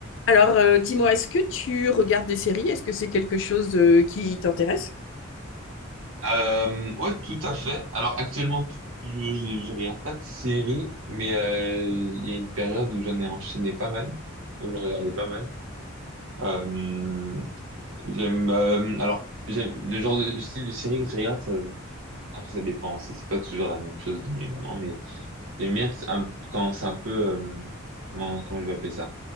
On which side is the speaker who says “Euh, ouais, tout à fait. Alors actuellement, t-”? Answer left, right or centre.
Right